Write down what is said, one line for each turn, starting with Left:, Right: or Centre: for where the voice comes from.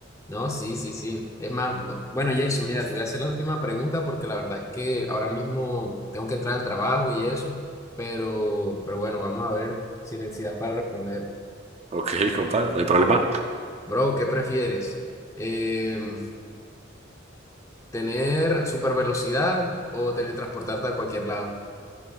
Left: No, sí, sí, sí. Es más, bu- bueno, Jason, mira, te voy a hacer la última pregunta porque la verdad es que ahora mismo tengo que entrar al trabajo y eso, pero, pero bueno, vamos a ver si necesidad para responder.
Right: Ok, <laughs> compa, no hay problema.
Left: Bro, ¿qué prefieres? Em, ¿tener super velocidad o teletransportarte a cualquier lado?